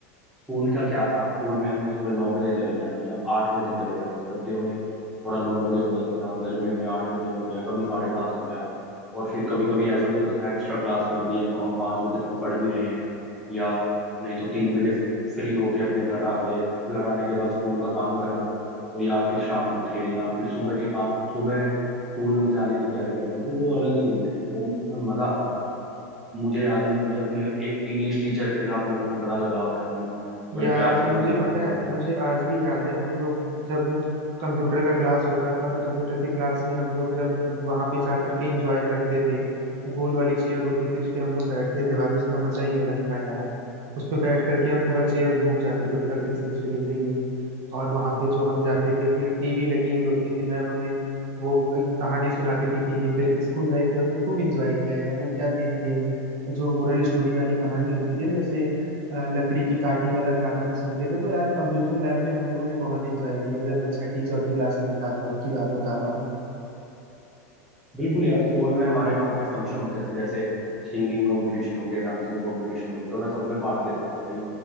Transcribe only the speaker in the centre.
स्कूल का क्या था स्कूल में हमने सुबह नौ बजे चले जाना या आठ बजे चले जाना सर्दियों में थोड़ा नौ बजे हो जाता था गर्मियों में आठ बजे हो गया कभी साढ़े सात हो गया और फिर कभी कभी ऐसा भी होता था एक्स्ट्रा क्लास लग रही है तो हम पाँच बजे तक पढ़ भी रहे हैं या नहीं तो तीन बजे फ्री होके अपने घर आ गए घर आने के बाद स्कूल का काम करना और या फिर शाम को खेलना फिर सुबह के काम सुबह स्कूल में जाने की तैयारी करना भाई वो अलग ही दिन थे वो उसमें मजा आता था मुझे याद है मुझे अपनी एक इंग्लिश टीचर के साथ मेरे को बड़ा लगाव था भाई
बड़े प्यार से
समझाती
थी बड़े
बिल्कुल यार स्कूल में हमारे वहाँ पे फंक्शन होते थे जैसे सिंगिंग कंपटीशन हो गया डांसिंग कंपटीशन हो गया तो मैं सब में पार्ट लेता था भाई